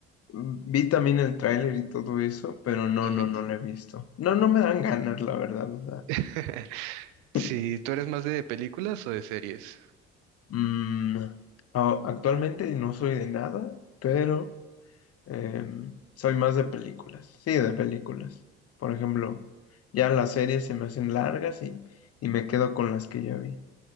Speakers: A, on the left (about 45°); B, on the right (about 75°).
A: Vi también el tráiler y todo eso, pero no,
B: Ujú.
A: no, no lo he visto. No, no me dan ganas, la verdad, o sea.
B: <laughs> Si
A: <laughs>
B: ¿tú eres más de películas o de series?
A: Mm, a- actualmente no soy de nada, pero em, soy más de películas. Sí, de películas. Por ejemplo, ya las series se me hacen largas y, y me quedo con las que ya vi.